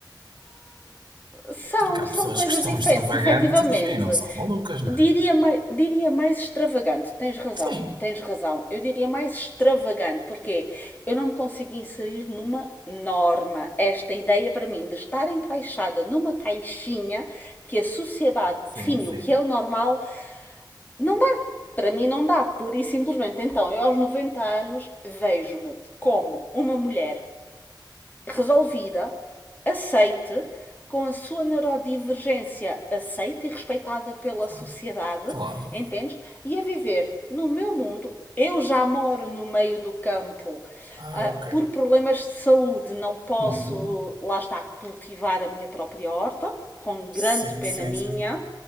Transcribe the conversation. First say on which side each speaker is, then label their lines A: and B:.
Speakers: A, on the left; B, on the right.
A: São,
B: Porque há
A: são
B: pessoas
A: coisas
B: que são
A: diferentes,
B: extravagantes
A: efetivamente.
B: e não são malucas, não
A: Diria
B: é?
A: mais, diria mais extravagante, tens razão,
B: Sim,
A: tens razão. Eu diria mais extravagante, porque eu não me consigo inserir numa norma. Esta ideia para mim de estar encaixada numa caixinha que a sociedade
B: sim,
A: define
B: sim.
A: o que é o normal, não dá. Para mim não dá, pura e simplesmente. Então, eu aos 90 anos vejo-me como uma mulher resolvida, aceite, com a sua neurodivergência aceita e respeitada pela
B: Claro,
A: sociedade,
B: claro.
A: entendes? E a viver no meu mundo. Eu já moro no meio do campo.
B: Ah,
A: ah,
B: ok.
A: por problemas de saúde, não posso,
B: Uhum.
A: lá está, cultivar a minha própria horta, com grande
B: Sim,
A: pena
B: sim,
A: minha
B: sim.